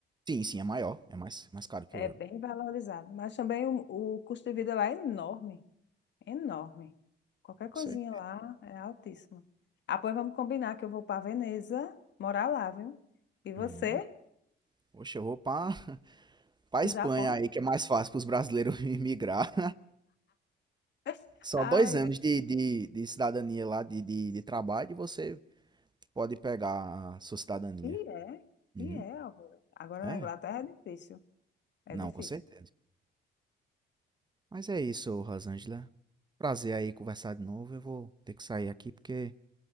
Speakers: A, on the right; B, on the left.
A: Sim, sim, é maior, é mais, mais caro que
B: É
A: o euro.
B: bem valorizado. Mas também o, o custo de vida lá é enorme, enorme. Qualquer coisinha
A: Você?
B: lá é altíssimo. Ah, pois vamos combinar que eu vou para Veneza morar lá, viu? E você,
A: Uhum. Poxa, eu vou pra, <laughs> pra
B: o
A: Espanha
B: Japão?
A: aí, que é mais fácil pros brasileiros <laughs> migrar.
B: <laughs>
A: Só
B: Ai,
A: dois anos
B: meu.
A: de, de, de cidadania lá, de, de, de trabalho, e você Pode pegar a sua cidadania.
B: E é,
A: Uhum.
B: e é, Álvaro. Agora
A: É?
B: na Inglaterra é difícil, é
A: Não,
B: difícil.
A: com certeza. Mas é isso, Rosângela. Prazer aí conversar de novo. Eu vou ter que sair aqui porque